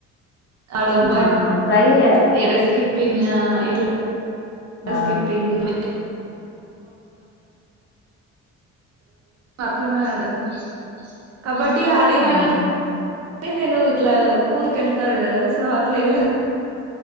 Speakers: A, on the right; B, on the left.
A: అడబా
B: ఆహా! ట్రై చేయాలి.
A: పెరస్కిప్పింగ్ ఇట్లా
B: ఆ!
A: స్కకిప్పింగ్ అ మేడను కబడ్డీ ఆడిన
B: ఆ!
A: గన్ తే నేను ఇట్లా కూర్కు వెళ్తారు కదా సో అట్లా వెళ